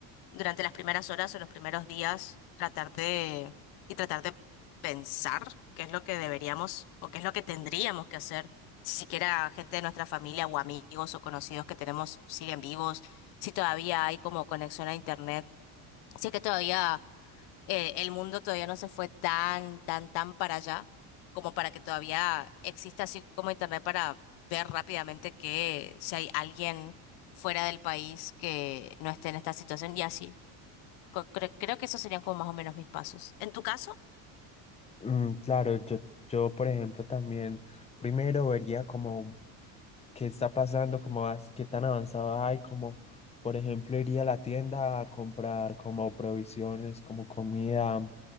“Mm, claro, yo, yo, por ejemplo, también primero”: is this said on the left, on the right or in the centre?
Left